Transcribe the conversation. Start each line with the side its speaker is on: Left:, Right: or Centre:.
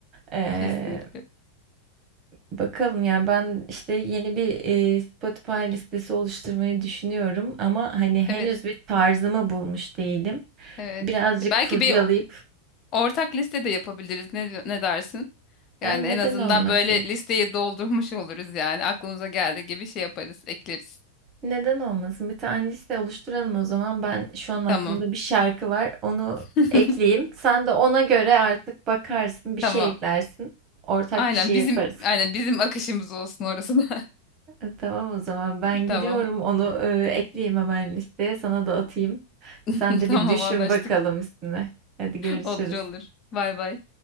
Right: E,
Left: kesinlikle
Right: Bakalım yani ben işte yeni bir e, Spotify listesi oluşturmayı düşünüyorum ama hani henüz
Left: evet
Right: bir tarzımı bulmuş değilim.
Left: evet.
Right: Birazcık
Left: E, Belki
Right: kurcalayıp
Left: bir Ortak liste de yapabiliriz. Ne, diyor- ne dersin? Yani
Right: ya neden
Left: en azından
Right: olmasın?
Left: böyle listeyi doldurmuş oluruz yani. Aklımıza geldiği gibi şey yaparız, ekleriz.
Right: Neden olmasın? Bir tane liste oluşturalım o zaman. Ben şu an aklımda
Left: Tamam,
Right: bir şarkı var. Onu
Left: <laughs>
Right: ekleyeyim. Sen de ona göre artık bakarsın, bir
Left: tamam.
Right: şey eklersin. Ortak
Left: Aynen
Right: bir şey
Left: bizim
Right: yaparız.
Left: aynen bizim akışımız olsun orası da.
Right: E, Tamam o zaman. Ben
Left: <laughs> Tamam.
Right: gidiyorum. Onu e, ekleyeyim hemen listeye. Sana da atayım.
Left: <laughs>
Right: Sen de
Left: Tamam
Right: bir düşün
Left: anlaştık.
Right: bakalım üstüne. Hadi görüşürüz.
Left: Olur olur. Bay bay.